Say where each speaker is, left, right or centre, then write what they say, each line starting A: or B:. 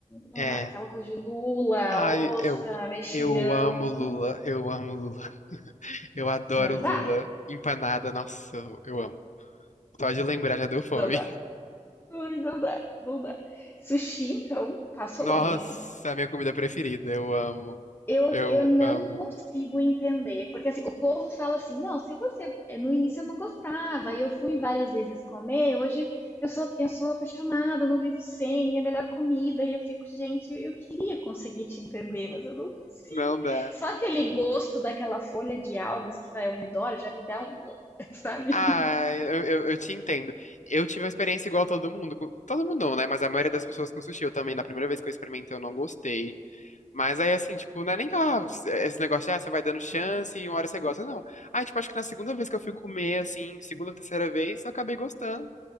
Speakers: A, on the left; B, on the left.
A: não
B: É.
A: dá, aquela coisa de lula,
B: Ai,
A: ostra,
B: eu,
A: mexilhão,
B: eu amo Lula, eu amo Lula. Eu adoro
A: não
B: Lula.
A: dá,
B: Empanada, nossa, eu eu amo. Só de lembrar já deu fome.
A: não dá, Ai, não dá, não dá. Sushi, então, passo
B: Nossa,
A: longe.
B: minha comida preferida. Eu amo.
A: Eu,
B: Eu
A: eu não
B: amo.
A: consigo entender, porque assim, o povo fala assim, não, se você, é, no início eu não gostava, aí eu fui várias vezes comer, hoje eu sou, eu sou apaixonada, não vivo sem, é a melhor comida, e eu fico, gente, eu queria conseguir te entender, mas eu não consigo.
B: Não dá.
A: Só aquele gosto daquela folha de algas que vai ao redor já me dá um, <laughs> sabe?
B: Ah, eu, eu, eu te entendo. Eu tive uma experiência igual a todo mundo. com- Todo mundo não, né? Mas a maioria das pessoas com sushi, eu também, na primeira vez que eu experimentei, eu não gostei. Mas aí, assim, tipo, não é nem que ah, esse negócio de, ah, você vai dando chance e uma hora você gosta. Não. Ah, tipo, acho que na segunda vez que eu fui comer, assim, segunda ou terceira vez, eu acabei gostando.